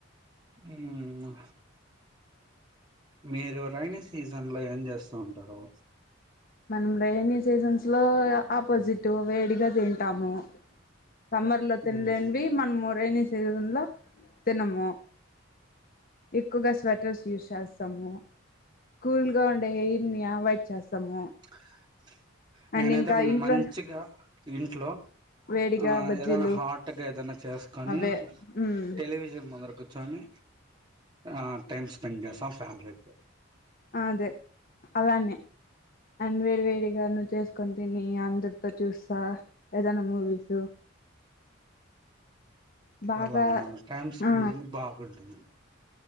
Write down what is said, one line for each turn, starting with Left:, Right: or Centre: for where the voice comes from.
Right: ఉ మీరు రైైనీ సీజన్ లో ఏం చేస్తూ ఉంటారు
Left: మనమ్ రైనీ సీజన్స్ లో ఆపోజిట్ వేడిగా తింటాము సమ్మర్ లో తినలేనివి
Right: మ్మ్
Left: మనము రైనీ సీజన్లో తినము ఎక్కువ గా స్వెటర్స్ యూస్ చేస్తాము కూల్ గా ఉండే ఎయిర్ని అవాయిడ్ చేస్తాము
Right: ఆ <unintelligible>
Left: అండ్
Right: నేనైతె
Left: ఇంకా ఇంట్లో
Right: మంచిగా ఇంట్లో
Left: వేడిగా
Right: ఆ
Left: బజ్జీలు
Right: ఏదైనా హాట్గా ఏదనా చేసుకొని
Left: అవే ఉమ్
Right: టెలివిజన్ ముందర కూచొని ఆ టైమ్ స్పెండ్ చేస్తాం ఫ్యామిలీ తొ
Left: అదే అలానే అండ్ వేడి వేడిగా ను చేసుకొని తిని అందరితో చూస్తా ఏదనా మూవీస్ బాగా
Right: అలా టైమ్ స్పెండింగ్
Left: ఆ
Right: బాగుంటుంది